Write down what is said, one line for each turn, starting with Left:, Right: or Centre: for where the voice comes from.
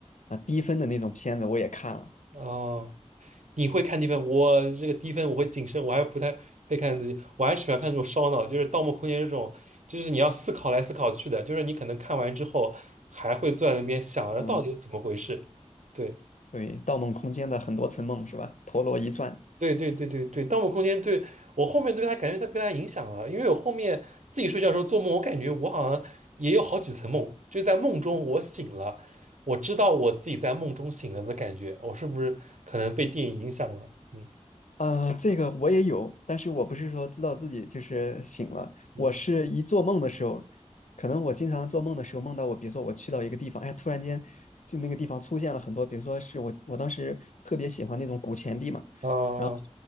Left: 啊、低分的那种片子我也看了，
Right: 哦，你会看低分，我这个低分我会谨慎，我还不太会看自己，我还喜欢看这种烧脑，就是《盗墓空间》这种，就是你要思考来思考去的，就是你可能看完之后还会坐在那边想着到底是怎么回事。
Left: 嗯，
Right: 对
Left: 对，《盗梦空间》的很多层梦是吧？陀螺一转。
Right: 对对对对对，《盗墓空间》对我后面对它感觉它被它影响了，因为我后面自己睡觉的时候做梦，我感觉我好像也有好几层梦，就是在梦中我醒了，我知道我自己在梦中醒了的感觉，我是不是可能被电影影响了？嗯
Left: 呃，这个我也有，但是我不是说知道自己就是醒了，
Right: 嗯。
Left: 我是一做梦的时候，可能我经常做梦的时候梦到我，比如说我去到一个地方，哎，突然间就那个地方出现了很多，比如说是我我当时特别喜欢那种古钱币嘛，
Right: 嗯
Left: 然后